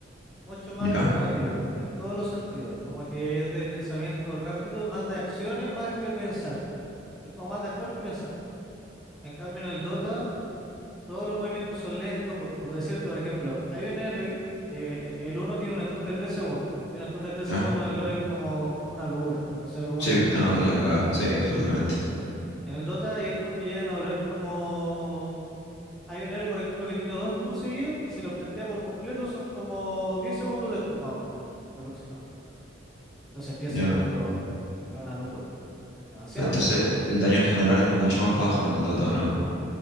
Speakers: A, in the centre; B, on the left (about 60°).
A: mucho más
B: ¿Ya?
A: rápido, en todos los sentidos. Como que es de pensamiento rápido, más de acciones, más que pensar. Es como más de actuar que pensar. En cambio, en el Dota todos los movimientos son lentos, por, por decirte, por ejemplo, hay un héroe que en nivel uno tiene un stun de 3 segundos, y un stun de tres
B: ¿Ya?
A: segundos en el LoL es como una locura, o sea, como
B: Sí,
A: un stun
B: no,
A: infinito,
B: es la cagada,
A: básicamente.
B: sí, absolutamente.
A: En el Dota hay stuns que llegan a durar como... Hay un héroe, por ejemplo, que tiene dos stuns seguidos, que si los castea por completo son como 10 segundos de stun, más o menos, aproximado. Entonces en diez
B: ya.
A: segundos
B: no.
A: es una locura, es demasiado,
B: Entonces,
A: o sea, es imposible.
B: el daño en general es mucho más bajo en el Dota, ¿no?